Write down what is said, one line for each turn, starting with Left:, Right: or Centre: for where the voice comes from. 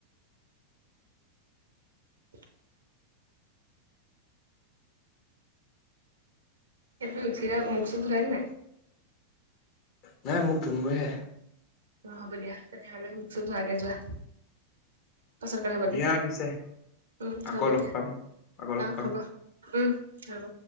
Right: <inaudible> সব উঠিলা মুখ চুখ ধুলানে নাই
Left: নাই মোক ধুগৈহে
Right: অ হ'ব দিয়া তেনেহলে মোক চোক ধুৱাগে যোৱা। পাচত কথা পাতিম,
Left: দিয়া পিছে
Right: উম
Left: আকৌ
Right: হব
Left: লগ
Right: দিয়া
Left: পাম। আকৌ লগ পাম।
Right: হ'ব দিয়া অ হ'ব। হব।